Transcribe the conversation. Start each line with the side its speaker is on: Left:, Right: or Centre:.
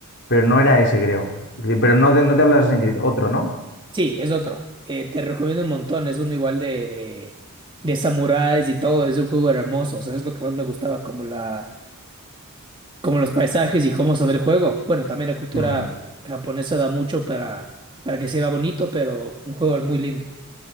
Left: Pero no era ese, creo. Sí, Pero no, te- no te hablo de Assassin's Creed, otro, ¿no?
Right: Sí, es otro. Eh, te recomiendo un montón. Es uno igual de, de, de samuráis y todo. Es un juego hermoso. O sea, es lo que más me gustaba, como la como los paisajes y cómo se ve el juego. Bueno, también la cultura
Left: Mm,
Right: japonesa da mucho para, para que se vea bonito, pero un juego muy lindo.